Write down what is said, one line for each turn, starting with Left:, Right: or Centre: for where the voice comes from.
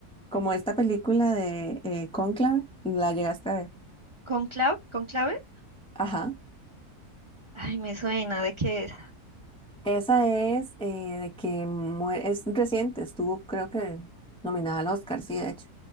Centre: como esta película de eh, Cónclave, la llegaste a ver.
Right: ¿Con clave? ¿Con clave?
Centre: Ajá.
Right: Ay, me suena, ¿de qué es?
Centre: Esa es eh, de que muere, es reciente, estuvo creo que nominada al Oscar, sí, de hecho.